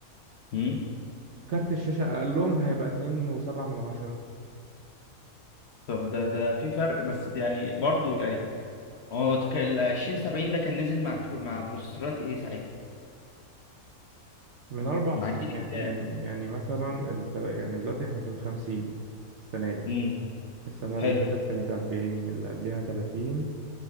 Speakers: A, on the left; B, on the right.
A: مم.
B: كارت الشاشة أقلهم هيبقى 2.7 من عشرة
A: طب ده ده في فرق بس يعني برضو يعني هو تك- ال 20 70 ده كان نزل مع كرو... مع بروسيسورات ايه ساعتها
B: من أربع
A: مع
B: سنين
A: الجيل
B: يعني
A: الكام
B: يعني يعني مثلا الت... يعني دلوقتي احنا في الخمسين السنة دي
A: امم
B: السنة
A: حلو
B: اللي فاتت كانت 40 اللي قبلها 30